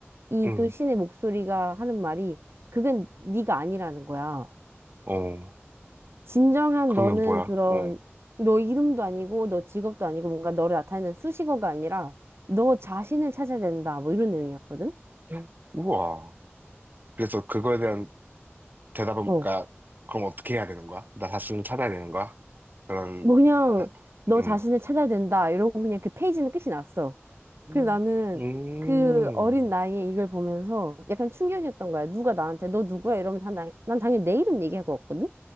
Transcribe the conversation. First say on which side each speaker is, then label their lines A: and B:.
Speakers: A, on the right; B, on the right.
A: 이
B: 응.
A: 또 신의 목소리가 하는 말이 그건 네가 아니라는 거야.
B: 어,
A: 진정한
B: 그러면
A: 너는
B: 뭐야?
A: 그런
B: 어.
A: 너 이름도 아니고 너 직업도 아니고 뭔가 너를 나타내는 수식어가 아니라 너 자신을 찾아야 된다. 뭐 이런 내용이었거든.
B: 응. 우와. 그래서 그거에 대한 대답은,
A: 어.
B: 그러니까, 그럼 어떻게 해야 되는 거야? 나 자신을 찾아야 되는 거야? 그런,
A: 뭐 그냥
B: 나-
A: 너
B: 응.
A: 자신을 찾아야 된다. 이러고 그냥 그 페이지는 끝이 났어. 그래
B: 음,
A: 나는
B: 음,
A: 그 어린 나이에 이걸 보면서 약간 충격이었던 거야. 누가 나한테 너 누구야? 이러면 난, 난 당연히 내 이름 얘기할 것 같거든.